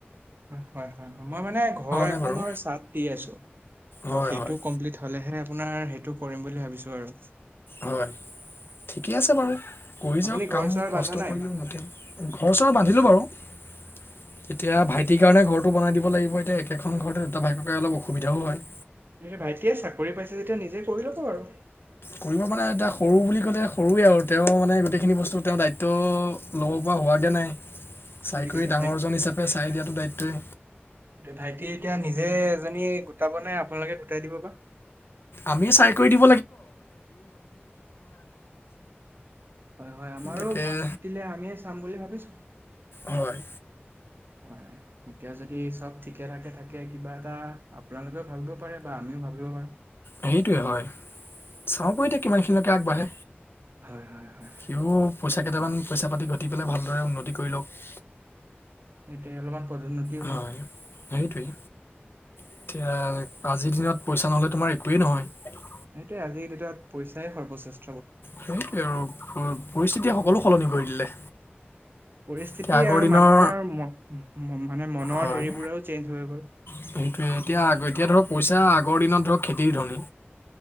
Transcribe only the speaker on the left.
নাই বাৰু
হয়
হয়
হয়। ঠিকেই আছে বাৰু কৰি যাওক
কাম
কষ্ট
কৰিতি ঘৰ চৰ বান্ধিলো বাৰু। <inaudible> এতিয়া ভাইটিৰ কাৰণে ঘৰটো বনাই দিব লাগিব। এতিয়া একেখন ঘৰতে দুটা ভাইটে অলপ অসুবিধাও হয়।
কৰিব মানে এতিয়া সৰু বুলি ক'লে সৰুৱে আৰু তেওঁ মানে গোটেইখিনি বস্তু তেওঁৰ দায়িত্ব ল'ব পৰা হোৱাগৈ নাই।
চাই
কৰি ডাঙৰজন হিচাপে চাই দিয়াটো দায়িত্বই
আমি চাই কৰি।
তাকে
হয়
সেইটোৱে হয় চাওক এতিয়া কিমান খিনিলকে আগবাঢ়ে
সিও পইচা কেইটামান পইচা পাতি ঘটি পেলাই ভালদৰে উন্নতি কৰি লওক
হয়
সেইটোৱেই এতিয়া আজিৰ দিনত পইচা নহ'লে তোমাৰ একোৱেই নহয়।
সেই সেৰো প পৰিস্থিতি সকলো সলনি কৰি দিলে
এতিয়া আগৰ
দিনৰ
হয়
সেইটোৱে এতিয়া এতিয়া ধৰক পইচা আগৰ দিনত ধৰক খেতিৰ ধনি